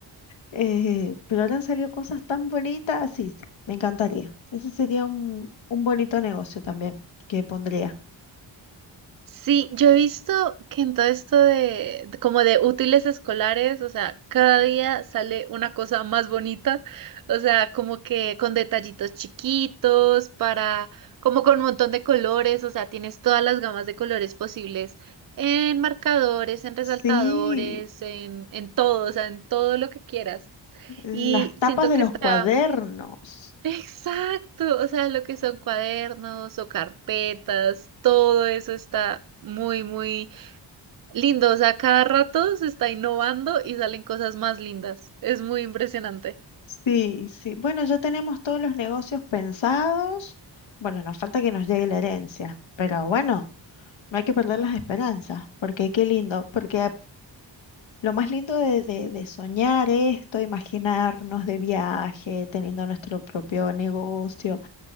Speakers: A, on the left; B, on the right.
A: eh, pero ahora han salido cosas tan bonitas, sí, sí, me encantaría. Ese sería un, un bonito negocio también que pondría.
B: Sí, yo he visto que en todo esto de, de- como de útiles escolares, o sea, cada día sale una cosa más bonita, o sea, como que con detallitos chiquitos, para, como con un montón de colores, o sea, tienes todas las gamas de colores posibles en marcadores, en resaltadores,
A: Sí,
B: en, en todo, o sea, en todo lo que quieras.
A: las
B: Y
A: tapas
B: siento
A: de
B: que
A: los
B: está
A: cuadernos.
B: Exacto, o sea, lo que son cuadernos o carpetas, todo eso está muy, muy lindo. O sea, cada rato se está innovando y salen cosas más lindas. Es muy impresionante.
A: Sí, sí. Bueno, ya tenemos todos los negocios pensados. Bueno, nos falta que nos llegue la herencia, pero bueno, no hay que perder las esperanzas, porque qué lindo, porque lo más lindo de, de, de soñar esto, imaginarnos de viaje, teniendo nuestro propio negocio,